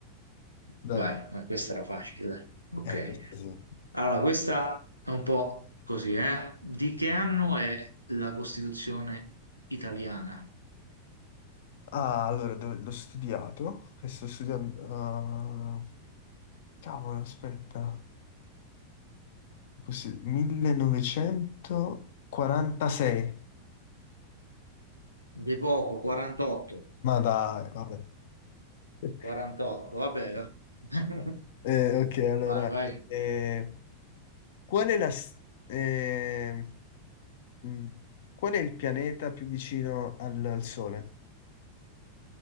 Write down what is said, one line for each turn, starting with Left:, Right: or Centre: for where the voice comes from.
Left: dai,
Right: vai, ma questa era facile, dai. Ok.
Left: eh, questo sì.
Right: Allora, questa è un po' così, eh? Di che anno è la Costituzione italiana?
Left: Ah, allora, dove- l'ho studiato, e sto studiando... eh, cavolo, aspetta, così, 1946.
Right: De poco, 48.
Left: Ma dai, vabbè. <laughs>
Right: 48, vabbè. <laughs>
Left: Eh, ok, allora,
Right: Vai, vai.
Left: eh, qual è la... s- eh, Mm. Qual è il pianeta più vicino al, al Sole?